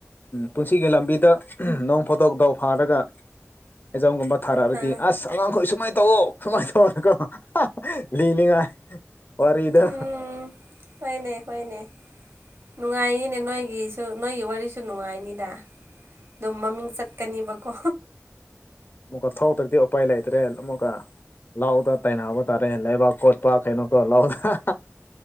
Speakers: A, on the left (about 40°); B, on the right (about 60°).
A: ꯄꯨꯟꯁꯤꯒꯤ ꯂꯝꯕꯤꯗ ꯅꯣꯡ ꯐꯣꯗꯣꯛ ꯗꯥꯎ ꯐꯥꯔꯒ ꯑꯦꯖꯥꯝꯒꯨꯝꯕ ꯊꯥꯔꯛꯑꯕꯗꯤ
B: ꯑꯥ
A: ꯑꯁ ꯑꯉꯥꯡꯈꯣꯏ ꯁꯨꯃꯥꯏꯅ ꯇꯧꯑꯣ ꯁꯨꯃꯥꯏꯅ ꯇꯧꯅꯤꯀꯣ <unintelligible> ꯂꯤꯅꯤꯡꯉꯥꯏ ꯋꯥꯔꯤꯗ
B: ꯎꯝ ꯍꯣꯏꯅꯦ ꯍꯣꯏꯅꯦ ꯅꯨꯡꯉꯥꯏꯌꯦꯅꯦ ꯅꯣꯏ ꯒꯤꯁꯨ ꯅꯣꯏ ꯋꯥꯔꯤꯁꯨ ꯅꯨꯡꯉꯥꯏꯅꯤꯗ ꯑꯗꯨꯝ ꯃꯃꯤꯡ ꯆꯠꯀꯅꯤꯕꯀꯣ
A: ꯑꯃꯨꯛꯀ ꯊꯥꯎꯇ꯭ꯔꯗꯤ ꯎꯄꯥꯏ ꯂꯩꯇ꯭ꯔꯦ ꯑꯃꯨꯛꯀ ꯂꯥꯎꯗ ꯇꯥꯏꯅꯕ ꯇꯥꯔꯦ ꯂꯩꯕꯥꯛ ꯀꯣꯠꯄ ꯀꯩꯅꯣꯀꯣ ꯂꯥꯎꯔꯒ